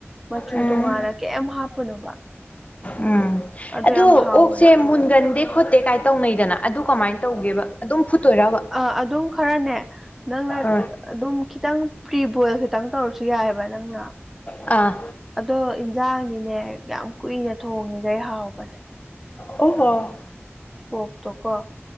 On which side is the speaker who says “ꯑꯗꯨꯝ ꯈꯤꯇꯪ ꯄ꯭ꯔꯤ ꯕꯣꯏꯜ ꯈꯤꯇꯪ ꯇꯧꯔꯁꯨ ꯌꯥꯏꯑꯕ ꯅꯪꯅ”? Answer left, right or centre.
Centre